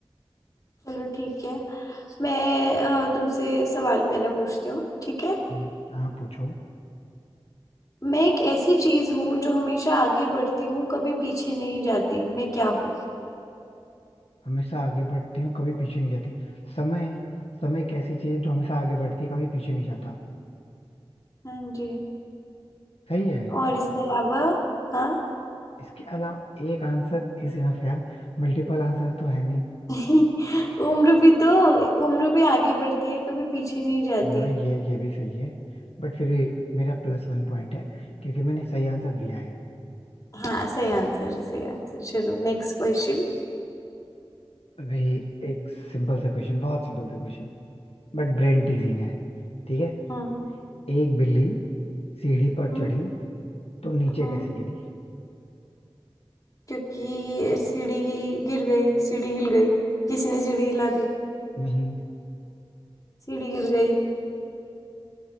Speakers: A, on the left; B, on the left.
A: चलो ठीक है मैं अ, तुमसे सवाल पहला पूछती हूँ ठीक है
B: हम्म, हाँ पूछो
A: मैं एक ऐसी चीज हूँ जो हमेशा आगे बढ़ती हूँ कभी पीछे नहीं जाती मैं क्या हूँ
B: हमेशा आगे बढ़ती हूँ कभी पीछे नहीं जाती समय समय एक ऐसी चीज है जो हमेशा आगे बढ़ती है कभी पीछे नहीं जाता
A: हाँ जी
B: सही है
A: और इसके अलावा हाँ
B: इसके अलावा एक आंसर इज इनफ यार मल्टीपल आंसर तो है नहीं
A: <laughs> उम्र भी तो उम्र भी आगे बढ़ती है कभी पीछे नहीं जाती
B: हाँ ये ये भी सही है बट फिर भी मेरा प्लस वन पॉइंट है क्योंकि मैंने सही आंसर दिया है
A: हाँ सही आंसर है सही आंसर चलो नेक्स्ट क्वेश्चन
B: अभी एक सिंपल सा क्वेश्चन बहुत सिंपल सा क्वेश्चन बट ब्रेन टीजिंग है ठीक है
A: हम्म
B: एक बिल्ली सीढ़ी पर
A: हम्म।
B: चढ़ी तो नीचे
A: हम्म
B: कैसे गिरी
A: क्योंकि सीढ़ी ही गिर गई सीढ़ी हिल गई किसी ने सीढ़ी हिला दी
B: नहीं
A: सीढ़ी गिर गई